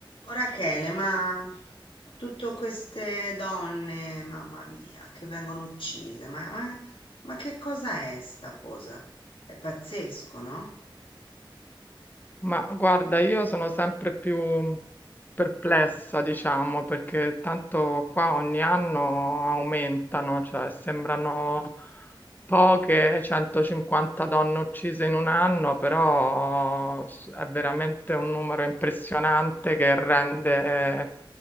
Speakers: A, on the left; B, on the left.
A: Oh, Rachele, ma tutte queste donne, mamma mia, che vengono uccise, ma, ma- ma che cosa è sta cosa? È pazzesco, no?
B: Ma guarda, io sono sempre più mhmm, perplessa, diciamo, perché tanto qua ogni anno aumentano, cioè sembrano poche, 150 donne uccise in un anno, però s- è veramente un numero impressionante che rende